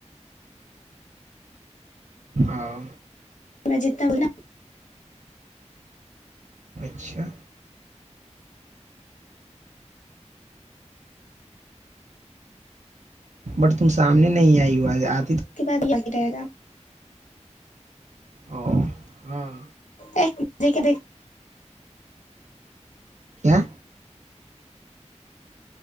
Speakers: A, on the right (about 75°); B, on the left (about 85°).
A: او
B: میں جنا بول
A: اچھا بٹ تم سامنے نہیں آئی ہو آج آ
B: نا اس کے بعد ہی رہے گا
A: او ہاں
B: ایک م دے کے دیک
A: کیا